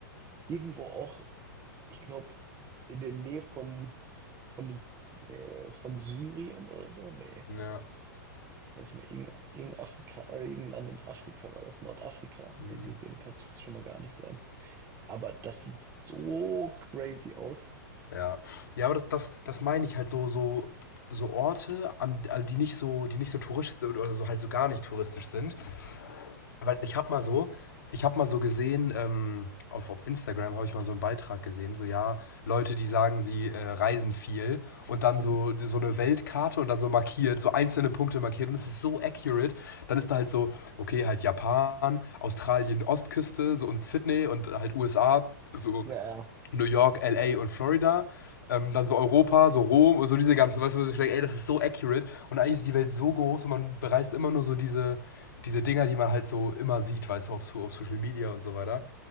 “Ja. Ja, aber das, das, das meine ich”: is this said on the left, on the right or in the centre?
Left